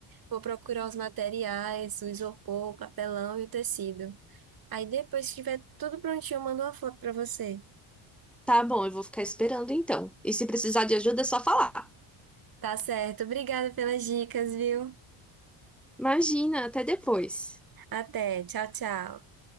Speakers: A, on the right; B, in the centre.
A: Vou procurar os materiais, o isopor, o papelão e o tecido. Aí, depois que tiver tudo prontinho, eu mando uma foto pra você.
B: Tá bom, eu vou ficar esperando então. E se precisar de ajuda, é só falar.
A: Tá certo. Obrigada pelas dicas, viu?
B: Imagina, até depois.
A: Até, tchau, tchau.